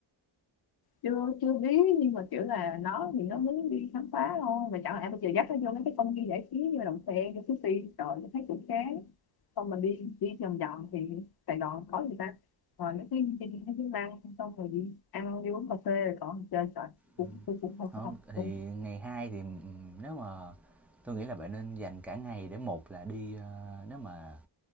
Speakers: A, on the left; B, in the centre.
A: chưa chưa biết nhưng mà kiểu là nó thì nó muốn đi khám phá thôi mà chẳng lẽ bây giờ dắt nó vô mấy cái công viên giải trí như Đầm Sen cái Sushi rồi thấy cũng chán xong mình đi đi vòng vòng thì Sài Gòn có gì ta rồi mấy cái đi mấy cái năng xong rồi đi ăn đi uống cà phê rồi còn chơi rồi cũng
B: Ừ.
A: tôi cũng không
B: không
A: không
B: thì
A: không
B: ngày hai thì ừm, nếu mà tôi nghĩ là bạn nên dành cả ngày để một là đi ờ, nếu mà